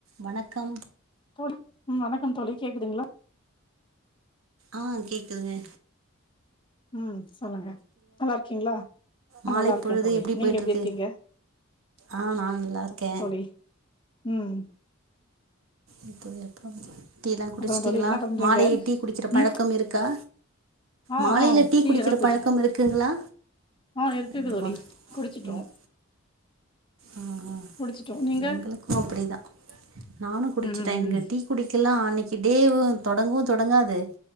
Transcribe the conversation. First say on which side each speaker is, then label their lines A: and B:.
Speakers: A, on the right (about 75°); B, on the left (about 25°).
A: வணக்கம்
B: தோழி ம் வணக்கம் தோழி கேக்குதுங்களா
A: ஆ கேக்குதுங்கே
B: ம் சொல்லுங்கே நல்லாரிக்கீங்ளா ஆ
A: மாலை
B: நல்லா இருக்கே
A: பொழுது
B: தோழி நீங்கே
A: போயிட்ருக்கு
B: எப்டி இர்க்கீங்க
A: ஆ நானு நல்லா இருக்கே
B: ம் தோழி ம்
A: ம் தோழி அப்றம் டீல்லா குடிச்டீங்ளா
B: அப்புறோ தோழி என்ன பண்றீங்க
A: மாலை டீ குடிக்கிற பழக்கம்
B: ம்
A: இருக்கா
B: ஆ
A: மாலைலே
B: ஆ
A: டீ குடிக்கிற
B: எல்லா குடிச்சிட்டே
A: பழக்கம் இருக்குங்ளா
B: ஆ இருக்குது
A: கண்டிப்பா
B: தோழி குடிச்சிட்டோ
A: ம் ஆ ஆ
B: குடிச்சிட்டோ நீங்க
A: எங்குளுக்கோ அப்பிடிதா நானு குடிச்சிட்டே
B: ம் ம்
A: என்கு
B: ம்
A: டீ குடிக்கெல்லா அன்னிக் த் தேவு தொடங்கவு தொடங்காது